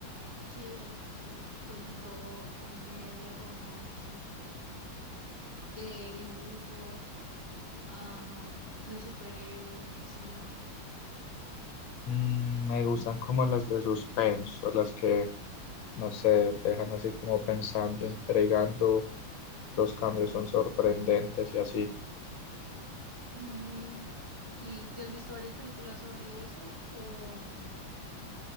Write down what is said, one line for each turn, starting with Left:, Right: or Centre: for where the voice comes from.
Right: sí, hay de- terror, comedia, romance, de dibujos, ah, de superhéroes, ficción.
Left: Mm, me gustan como las de suspenso, las que, no sé, te dejan así como pensando, intrigando, los cambios son sorprendentes y así.
Right: Mm, ¿y te has visto varias películas sobre eso? O mm,